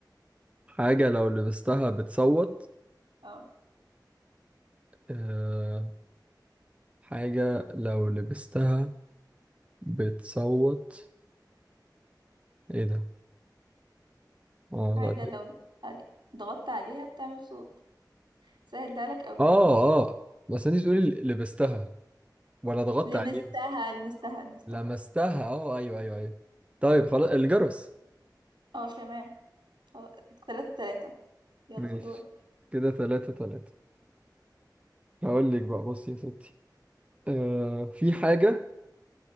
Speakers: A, on the right; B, on the right.
A: حاجة لو لبستها بتصوت
B: اه
A: أه حاجة لو لبستها بتصوت ايه ده؟ اه
B: حاجة
A: لا دي-
B: لو ضغطت عليه ضغطت عليها بتعمل صوت سهلتها لك قوي
A: اه اه بس انت تقولي لبستها ولا ضغطت
B: لمستها
A: عليها
B: لمستها لمستها
A: لمستها اه ايوه ايوه ايوه طيب خلاص الجرس
B: اه تمام خلاص. تلاتة تلاتة يلا
A: ماشي
B: دورك
A: كده تلاتة تلاتة هقول لك بقى بصي يا ستي أه في حاجة